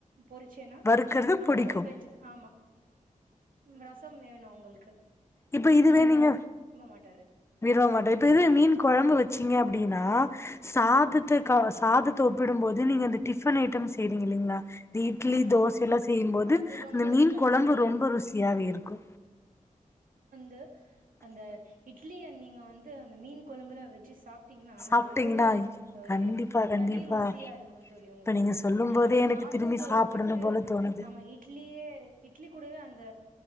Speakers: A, on the right; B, on the left.
A: பொறிச்சேனா
B: வறுக்கறது புடிக்கும்
A: ரசம் வெச்சது ஆமா ம் ரசம் வேணு அவுங்கள்க்கு
B: இப்ப இதுவே நீங்க
A: மாட்டாரு
B: விரும்பமாட்டா இப்ப இதுவே மீன் கொழம்பு வெச்சீங்க அப்டீனா சாதத்த சாதத்த ஒப்பிடும்போது நீங்க அந்த டிஃபன் ஐட்டம் செய்றீங்க இல்லீங்ளா இந்த இட்லி
A: ஆமா
B: தோச
A: தோழி
B: எல்லா செய்யும்போது
A: அது ரொம்ப
B: அந்த மீன்
A: நல்லா
B: கொழம்பு
A: இருக்கும் தோழி
B: ரொம்ப ருசியாவே இருக்கு
A: து அந்த இட்லிய நீ நா வந்து அந்த மீன் கொழம்புல வெச்சு சாப் ட்டீங்னா
B: சாப்ட்டீங்கன்னா
A: அது ரொம்பவே ஒரு
B: கண்டிப்பா கண்டிப்பா
A: தணி ருசியா இருக்கு தோழி
B: இப்ப
A: உங்களுக்கு
B: நீங்க சொல்லும்
A: அது
B: போதே
A: நம்ம
B: எனக்கு
A: சாத
B: திரும்பி
A: ட்டு
B: சாப்பிடணு
A: ஒப்பிட்டு
B: போல தோணுது
A: நம்ம இட்லியே இட்லி கூடவே அந்த